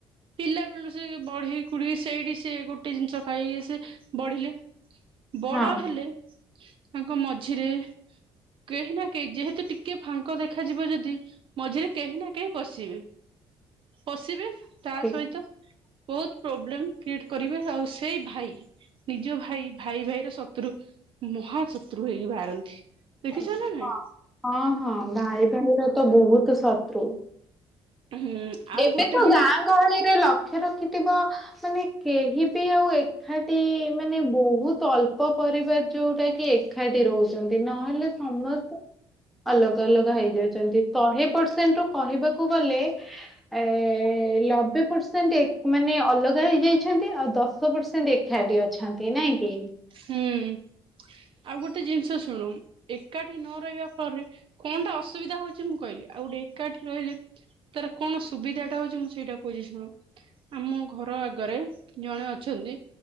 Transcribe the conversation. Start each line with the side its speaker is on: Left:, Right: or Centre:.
Right: ପିଲା ବଳୁ ସେ ବଢି କୁଢି ସେଇଠି ସେ ଗୋଟେ ଜିନିଷ ଖାଇକି ସେ ବଢିଲେ ବଡ
Centre: ହଁ
Right: ହେଲେ ତାଙ୍କ ମଝିରେ କେହି ନା କେହି ଯେହେତୁ ଟିକେ ଫାଙ୍କ ଦେଖାଯିବ ଯଦି ମଝିରେ କେହି ନା କେହି ପଶିବେ ପଶିବେ ତା
Centre: ଠିକ
Right: ସହିତ ବହୁତ ପ୍ରୋବ୍ଲେମ କ୍ରିଏଟ କରିବେ ଆଉ ସେଇ ଭାଇ ନିଜ ଭାଇ ଭାଇ ଭାଇର ଶତ୍ରୁ ମହା ଶତ୍ରୁ ହେଇକି ବାହାରନ୍ତି। ଦେଖିଛ
Centre: ହଁ
Right: ନା ନାଇଁ
Centre: ହଁ ହଁ ଭାଇ ଭାଇର ତ ବହୁତ୍ ଶତ୍ରୃ।
Right: ହୁଁ। ଆଉ
Centre: ଏବେ
Right: ଗୋଟେ
Centre: ତ
Right: ବି
Centre: ଗାଁ
Right: ହଁ
Centre: ଗହଳିରେ ଲକ୍ଷ୍ୟ ରଖିଥିବ ମାନେ କେହି ବି ଆଉ ଏ ଏକାଠି ମାନେ ବହୁତ ଅଳ୍ପ ପରିବାର ଯୋଉଟା କି ଏକାଠି ରହୁ ଛନ୍ତି ନହେଲେ ସମସ୍ତେ ଅଲଗା ଅଲଗା ହେଇଯାଉଛନ୍ତି ଶହେ ପରସେଣ୍ଟ ରୁ କହିବାକୁ ଗଲେ ଏ ଏ ଲବେ ପରସେଣ୍ଟ ଏ ମାନେ ଅଲଗା ହେଇଯାଇଛନ୍ତି ଆଉ ଦଶ ପରସେଣ୍ଟ ଏ ଏକାଠି ଅଛନ୍ତି ନାଇଁ କି?
Right: ହୁଁ ଆଉ ଗୋଟେ ଜିନିଷ ଶୁଣ ଏକାଠି ନ ରହିବା ଫଳରେ କଣଟା ଅସୁବିଧା ହଉଛି ମୁଁ କହିଲି ଆଉ ଗୋଟେ ଏକାଠି ରହିଲେ ତାର କଣ ସୁବିଧାଟା ହଉଛି ମୁଁ ସେଇଟା କହୁଛି ଶୁଣ। ଆମ ଘର ଆଗରେ ଜଣେ ଅଛନ୍ତି